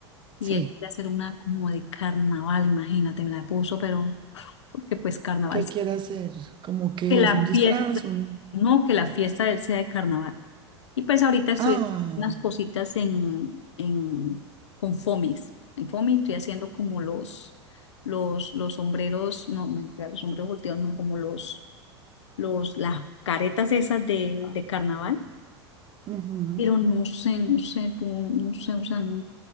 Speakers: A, on the left; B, on the right.
A: y
B: Sí.
A: él quiere hacer una como de carnaval, imagínate, me la puso, pero porque pues carnaval,
B: ¿Qué quiere hacer? Como que
A: que la
B: es un disfraz,
A: fiesta,
B: un...
A: no, que la fiesta de él sea de carnaval. Y pues ahorita estoy
B: Ah,
A: haciendo unas cositas en, en, con Fomis. En Fomis estoy haciendo como los, los, los sombreros, no, mentira, los sombreros volteados, no, como los, los, las caretas esas de, de carnaval
B: ujú,
A: Pero no sé, no sé, tú, no sé, o sea, no,